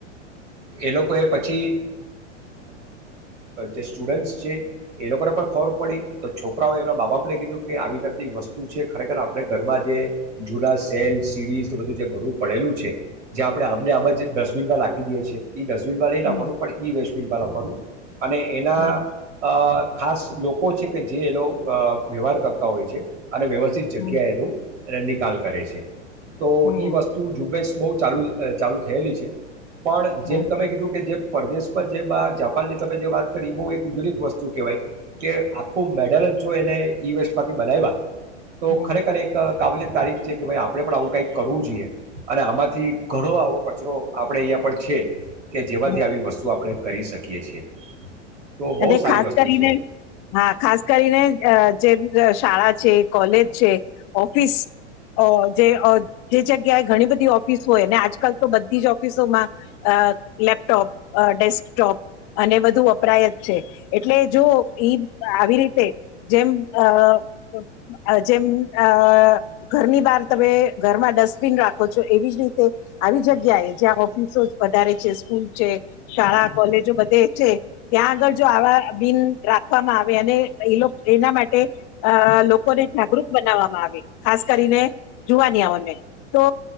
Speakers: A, on the right; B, on the left.
A: એ લોકોએ પછી જે સ્ટુડન્ટ્સ છે એ લોકોને પણ ખબર પડી તો છોકરાઓ એમના બા બાાપને કીધું કે આવી વસ્તુ છે ખરેખર આપણે ઘરમાં જે જૂના સેલ સીડી બધું જે ઘણું પડેલું છે જે આપણે આમને આમ જ ડસ્ટબિનમાં લખી દઈએ છીએ નસવીલ વાા
B: હમ,
A: એ લખડું પણ વૈશ્લ વા કરું અને એના
B: હમ, હમ,
A: ખાસ લોકો છે કે જે એલો વ્યવહાર કરતા હોય છે. અને વ્યવસ્થિત જગ્યાએ
B: હમ,
A: એ ન નિકાલ કરે છે. તો
B: હમ,
A: ઈ વસ્તુ ઝુબેશ બહુ ચાલુ ચાલુ થયેલી છે. પણ
B: હમ,
A: જેમ
B: હમ,
A: તમે કીધું કે જે પરદેશ પર જે જાપાન ની તમે જે વાત કરી એ બહુ એક યુનિક વસ્તુ કેવાય. કે આખું મેડલ જ જો એને વષ <unintelligible> થી બલાય <unintelligible> તો
B: હમ,
A: ખરેખર એક કાબિલયત તારીફ છે કે ભાઈ આપડણે પણ આવું કઈક કરવું જોઈએ. અને આમાંથી ઘણો આવો કચરો આપડે <unintelligible> પણ છે. કે જેવાથી
B: હમ, હમ.
A: આવી વસ્તુ આપણે કરી શકીએ છીએ. તો બહુ
B: અને
A: સારી
B: ખાસ
A: વસ્તુ
B: કરીને
A: છે
B: હા ખાસ કરીને જે શાળા છે, કોલેજ છે, ઓફિસ જે જગ્યાએ ઘણી બધી ઓફિસ હોય ને આજકાલ તો બધી જ ઓફિસોમાં લેપટોપ ડેસ્કટોપ અને બધું વપરાય જ છે, એટલે જો ઈ આવી રીતે જેમ <unintelligible> જેમ <unintelligible> ઘરની બહાર તમે ઘરમાં ડસ્ટબિન રાખો છો, એવી જ રીતે આવી જગ્યાએ જ્યાં ઓફિસો વધારે છે, સ્કૂલ છે, શાળા કોલેજો બધે છે. ત્યાં આગળ જો આવા બિન રાખવામાં આવે અને એ લોકો એના માટે અ લોકોને જાગૃત બનાવવામાં આવે. ખાસ કરીને જુવાનિયાઓને તો